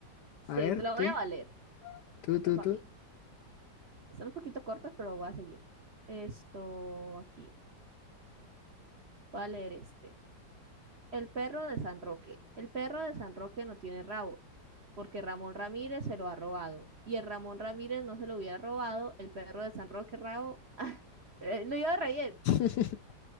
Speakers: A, on the right; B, on the left.
A: sí,
B: A ver,
A: te lo
B: tú,
A: voy a valer.
B: tú,
A: Otro
B: tú,
A: para
B: tú.
A: mí. Están un poquito cortas, pero voy a seguir. Esto aquí. Voy a leer este. El perro de San Roque. El perro de San Roque no tiene rabo, porque Ramón Ramírez se lo ha robado. Y el Ramón Ramírez no se lo hubiera robado, el perro de San Roque rabo. <laughs> Lo iba a reír.
B: <laughs>